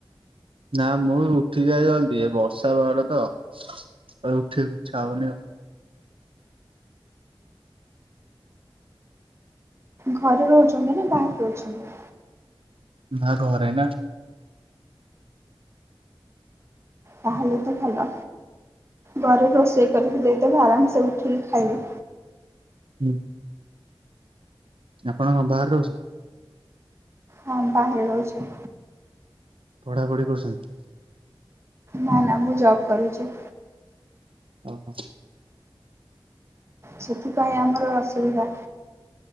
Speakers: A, on the right; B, on the right.
A: ନା ମୁଁ ଉଠିଯାଏ ଜଲ୍ଦି, ଏ ବର୍ଷା ପାଗଟା ତ, ଆଉ ଉଠିଆକୁ ଇଚ୍ଛା ହଉନି ଆଉ।
B: ଘରେ ରହୁଛନ୍ତି ନା ବାହାରେ ରହୁଛନ୍ତି?
A: ନା ଘରେ ନା।
B: ତାହେଲେ ତ ଭଲ। ଘରେ ରୋଷେଇ କରିକି ଦେଇଦେବେ ଆରାମସେ ଉଠିକି ଖାଇବେ।
A: ହୁଁ। ଆପଣ କଣ ବାହାରେ ରହୁଛନ୍ତି?
B: ହଁ ବାହାରେ ରହୁଛି।
A: ପଢାପଢି କରୁସନ୍ତି?
B: ନା ନା ମୁଁ ଜବ୍ କରୁଚି।
A: ଓହୋ।
B: ସେଥିପାଇଁ ଆମର ଅସୁବିଧା।